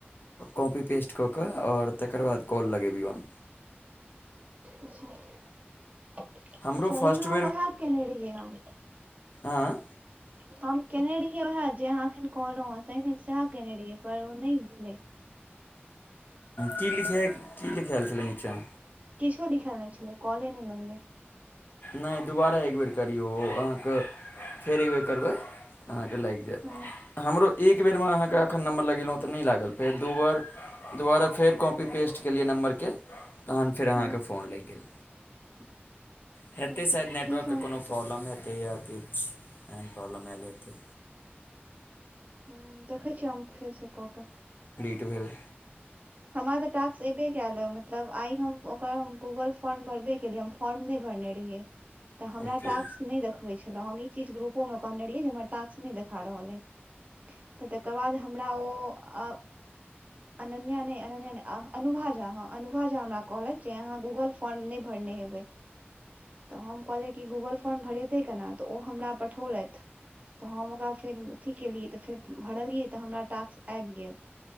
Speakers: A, on the left (about 55°); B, on the right (about 35°).
A: कॉपी पेस्ट क क आओर तकर बाद कॉल लगेबियैन
B: अच्छा अच्छा
A: हमरो
B: लेकिन
A: फर्स्ट
B: हम उएह कयने रहियै हम
A: आँ
B: हम कयने रहियै उएह जे अहाँ एखन कहलहुँ तहिने सएह कयने रहियै पर ओ नहि भेलै
A: की लिखय की लिखैल छलै नीचा
B: किछु लिखल नै छलै कॉले नइ लगलै
A: नहि दुबारा एकबेर करियौ अहाँके फेर एकबेर करबै अहाँके लाइग जैत
B: हँ
A: हमरो एक बेरमे अहाँके एखन नम्बर लगेलहुँ तऽ नइ लागल फेर दू बार दुबारा फेर कॉपी पेस्ट केलियै नम्बरके तहन फेर आहाके
B: हँ
A: फोन लाइग गेल
B: <unintelligible>
A: हेतै शायद नेवर्क
B: ठीक छै
A: के कोनो प्रोबलम हतै नया किछ एहेन प्रॉबलम एल हेतै
B: ह देखै छिय हम फेरसँ कऽ कऽ
A: टूवेल्व
B: हमरा तऽ टास्क एबे कयल ह मतलब आइ हम ओकर हम गूगल फॉर्म भरबे केलियै हम फॉर्म नई भर भरने रहियै त हमरा
A: ओके
B: टाक्स नइ देखबै छलह हम ई चीज गुरुपो म कहने रहियै जे हमरा टाक्स नइ देखा रहल यै त तकर बाद हमरा ओ अ अननिया नइ अननिया नइ आ अनुभा झा हाँ अनु अनुभा झा हमरा कहलै जे अहाँ गूगल फॉर्म नइ भरने हेबै तऽ हम कहलियै कि गूगल फॉर्म भरेतै केना तऽ ओ हमरा पठौलथि तऽ हम ओकरा फेर अथी केलियै तऽ फेर भरलियै तऽ हमरा टास्क आबि गेल